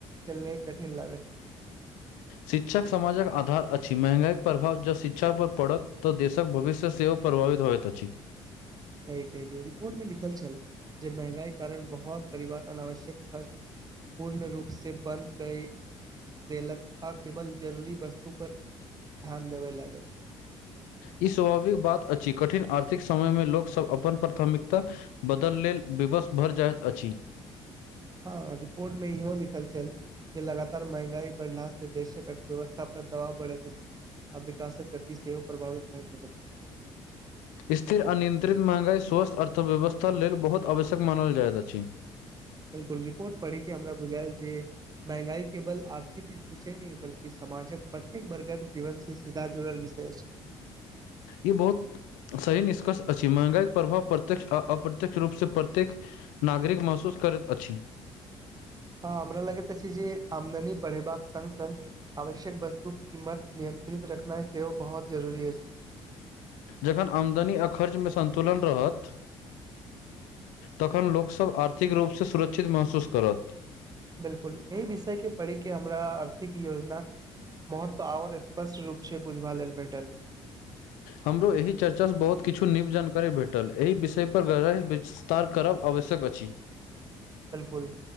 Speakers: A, on the right (about 25°); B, on the left (about 60°).
A: चलायब कठिन लागल।
B: शिक्षक समाजक आधार अछि। महँगाईक प्रभाव जँ शिक्षा पर पड़त तऽ देशक भविष्य सेहो प्रभावित होयत अछी
A: सही कहलिय रिपोर्ट मे लिखल छल जे महंगाई कारण बहुत परिवार अनावश्यक खर्च पूर्ण रूप से बन्द कै दे देलक आ केवल जरूरी वस्तु पर ध्यान देबै लागल
B: ई स्वाभाविक बात अछी कठिन आर्थिक समयमे लोकसभ अपन प्राथमिकता बदल लेल विवश भर जाइत अछी
A: हँ रिपोर्ट मे इहो लिखल छल कि लगातार महंगाई बढ़ला से देशक अर्थव्यवस्था पर दबाव बढ़े अछ आ विकासक गती सेहो प्रभावित भ सकै
B: स्थिर अनियंत्रित महगाई स्वस्थ अर्थव्यवस्था लेल बहुत आवश्यक मानल जाइत अछि
A: बिल्कुल रिपोर्ट पढ़िके हमरा बुझायल जे महंँगाई केवल आर्थिक विषय नहि बल्कि समाजक प्रत्येक वर्गक जीवन से सीधा जुड़ल विषय छै <inaudible>
B: ई बहुत सही निष्कर्ष अछि महगई के प्रभाव प्रत्यक्ष आ अप्रत्य्यक्ष रूप से प्रत्येक नागरिक महसूस करैत अछि
A: हँ हमरा लगैत अछि जे आमदनी बढ़े बाग संग संग आवश्यक वस्तु कीमत नियंत्रित रखनाइ सेहो बहुत जरुरी अछि
B: जखन आमदनी आ खर्चमे सन्तुलन रहत तखन लोकसभ आर्थिक रूप सँ सुरक्षित महसूस करत
A: बिलकुल एहि विषय के पढ़िके हमरा आर्थिक योजना महत्व आओर स्पष्ट रूप से बुझबा लेल भेटल
B: हमरो एहि चर्चासँ बहुत किछु नीव जानकारी भेटल एहि विषय पर राय विच स्तार करब आवश्यक अछि
A: बिलकुल